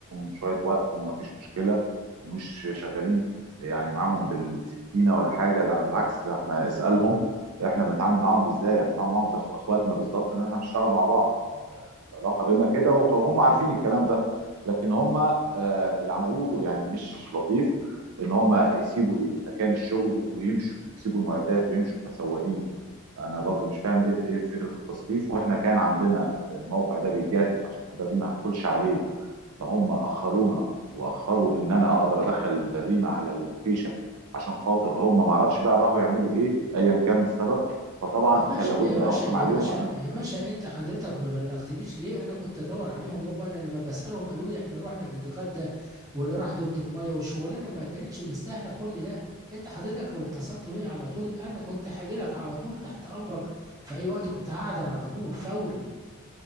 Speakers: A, on the right (about 80°); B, on the right (about 15°).
A: شوية وقت ومفيش مشكلة ومش شغالين يعني معاهم بالسكينة ولا حاجة ده على العكس ده إحنا اسألهم إحنا بنتعامل معاهم إزاي يعني بنتعامل معاهم زي إخواتنا بالظبط إن إحنا بنشتغل مع بعض إحنا العلاقة بينا كده وهم عارفين الكلام ده لكن هم آه، اللي عملوه يعني مش لطيف ان هم يسيبوا مكان الشغل ويمشوا يسيبوا المعدات ويمشوا كسواقين انا برضو مش فاهم ايه ايه فكره التصريف واحنا كان عندنا الموقع ده بيجهز عشان في بريمه ما هتدخلش عليه فهم اخرونا واخروا ان انا اقدر ادخل البريمه على اللوكيشن عشان خاطر هم ما اعرفش بقى راحوا يعملوا ايه ايا كان السبب فطبعا
B: يا باشا
A: كان لابد
B: يا باشا
A: اخصم
B: يا
A: عليهم
B: باشا
A: انا
B: يا باشا انت حضرتك ما بلغتنيش ليه انا كنت ادور عليهم هم انا لما بسالهم قالوا لي احنا رحنا نتغدى واللي راح دورة الميه والشغلانه ما كانتش مستاهله كل ده انت حضرتك لو اتصلت بيا على طول انا كنت هاجي لك على طول تحت امرك في اي وقت كنت هحضر على طول فوري